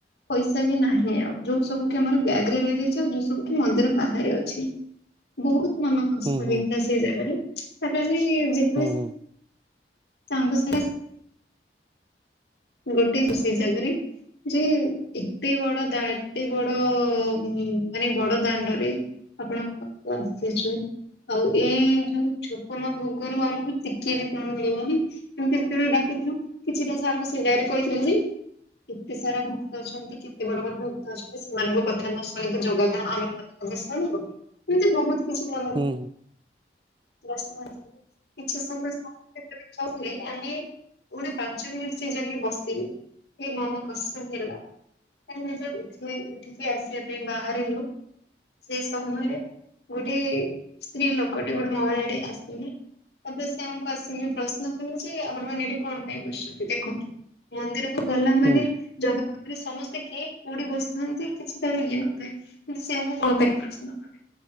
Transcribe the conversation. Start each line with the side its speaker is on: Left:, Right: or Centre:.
Left: ପଇସା ବି ନାହିଁ ଆଉ ଯୋଉ ସବୁ କି ଆମର ବ୍ୟାଗ ରେ ରହିଯାଇଛି ଆଉ ସୁ କି ମନ୍ଦିର ବାହାରେ ଅଛି, ବହୁତ ମନ କଷ୍ଟ
Right: ହୁଁ ହୁଁ
Left: ହେଇଥିଲା ସେଇ ଜାଗାରେ ତାପରେ ଆମେ।
Right: ହୁଁ ହୁଁ
Left: ସାଙ୍ଗ। ଗୋଟେ ଦୋ ସେଇ ଜାଗାରେ। ଯେ ଏତେ ବଡ ଦ ଏତେ ବଡ ମାନେ ବଡ ଦାଣ୍ଡରେ। ଆପଣଙ୍କ ପାଖକୁ ଆସିଛୁ। ଆଉ ଏଇ ଯୋଉ ଛୋପନ ଭୋଗରୁ ଆମକୁ ଟିକି ବି କଣ ମିଳିବନି, କେମତି ଯେତେବେଳେ ଡାକ ଦେଖନୁ କିଛିଟା ସାର୍ ଙ୍କୁ ସେ ଜାଗାରେ କହିଥିଲେ ବି। କେତେ ସାରା ଭକ୍ତ ଅଛନ୍ତି କେତେ ବଡ଼ ବଡ଼ ଭକ୍ତ ଅଛନ୍ତି ସେମାନଙ୍କ କଥା ନ ଶୁଣିକି ଜଗ ଅ ଆମ କଥା ବି ଶୁଣିବ ଏମିତି ବୋହୁତ କିଛି ମନରେ
Right: ହୁଁ ହୁଁ
Left: <unintelligible> କିଛି ସମୟ <inaudible> କେତୋଳେ ଖାଉନେ ଆମେ ଗୋଟେ ପାଞ୍ଚ ମିନିଟ୍ ସେଇ ଜାଗ ବସିବି ଏ ମନ କଷ୍ଟ ହେଲା। ଏ ନିଜ ଉଠଲି ଉଠିକି ଆସିବା ପାଇଁ ବାହାରିଲୁ। ସେ ସମୟରେ ଗୋଟେ ସ୍ତ୍ରୀ ଲୋକଟେ ଗୋଟେ ମହିଳାଟିଏ ଆସିଲେ। ତାପରେ ସିଏ ଆମୁକୁ ଆସିକି ପ୍ରଶ୍ନ କରୁଚି ଆପଣମାନେ ଏଇଠି କଣ ପାଇଁ ବସିଚନ୍ତି ଦେଖନ୍ତୁ ମନ୍ଦିର ଗଲା ମାନେ
Right: ହୁଁ ହୁଁ
Left: ଜଗା ପାଖରେ ସମସ୍ତେ କେହି କୋଉଠି ବସିଥାନ୍ତି କିଛି ତାର ଇଏ ନଥାଏ କିନ୍ତୁ ସେ ଆମୁକୁ କଣ ପାଇଁ ପ୍ରଶ୍ନ କଲେ?